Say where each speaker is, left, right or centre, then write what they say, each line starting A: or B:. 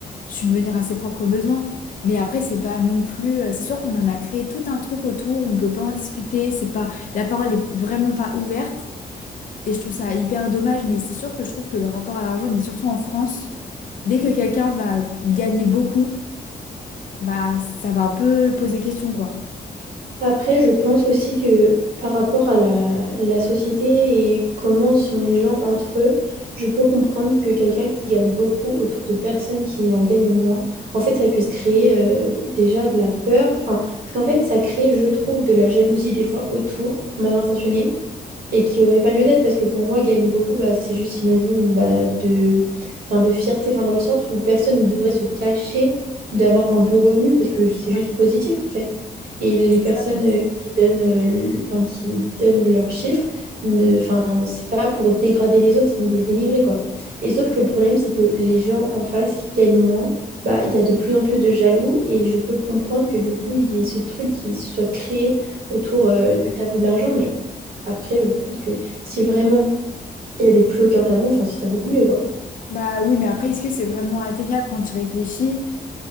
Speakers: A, on the left; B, on the right.
A: subvenir à ses propres besoins. Mais après, c'est pas non plus. euh, C'est sûr qu'on en a créé tout un truc autour, on peut pas en discuter, c'est pas, la parole est vraiment pas ouverte. Et je trouve ça hyper dommage, mais c'est sûr que je trouve que le rapport à l'argent, mais surtout en France, dès que quelqu'un va gagner beaucoup, bah ça va un peu poser question quoi.
B: Après, je pense aussi que par rapport à la, la société et comment sont les gens entre eux, je peux comprendre que quelqu'un qui gagne beaucoup autour de personnes qui en gagnent moins, en fait, ça puisse créer euh, déjà de la peur. Enfin, parce qu'en fait, ça crée, je trouve, de la jalousie des fois autour, mal intentionnée et qui n'aurait pas lieu d'être parce que pour moi, gagner beaucoup, bah, c'est juste synonyme bah, de, enfin, de fierté, enfin, dans le sens où personne ne devrait se cacher d'avoir un bon revenu parce que c'est juste
A: Ouais,
B: positif en fait. Et les
A: c'est
B: personnes
A: ça. ouais.
B: euh, qui donnent, euh, le- enfin, qui donnent leurs chiffres, ne, enfin, c'est pas pour dégrader les autres ni les dénigrer quoi. Et sauf que le problème, c'est que les gens en face qui gagnent moins, bah, il y a de plus en plus de jaloux et je peux comprendre que du coup, il y ait ce truc qui se soit créé autour euh, du tabou de l'argent, mais après, je pense que si vraiment il n'y avait plus aucun tabou, enfin, ce serait beaucoup mieux, quoi.
A: Bah oui, mais après, est-ce que c'est vraiment atteignable quand tu réfléchis?